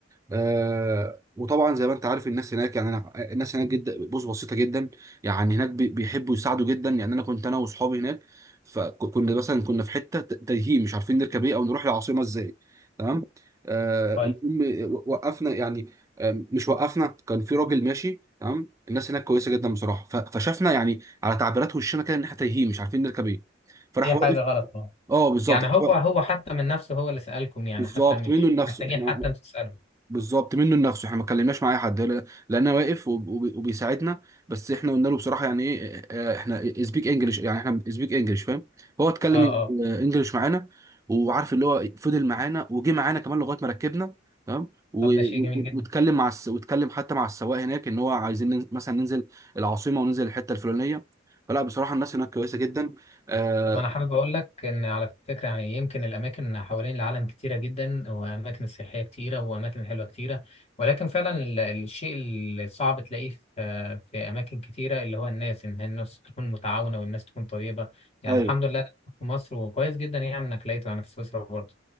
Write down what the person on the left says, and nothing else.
كويس
هي
حاجه غلط اه
يعني
هو
هو حتى من نفسه هو اللي سالكم يعني
حتى مش
محتاجين
حتى انتوا تسالوا
اه اه
طب
ده شيء جميل جدا
طب انا حابب اقول لك ان على فكره يعني يمكن الاماكن حوالين العالم كتيره جدا واماكن سياحيه كتيره واماكن حلوه كتيره ولكن فعلا ال- الشيء اللي صعب تلاقيه في في اماكن كتيره اللي هو الناس ان هي الناس تكون متعاونه والناس تكون طيبه يعني
الحمد لله في مصر وكويس جدا يعني انك لقيته يعني في سويسرا برضه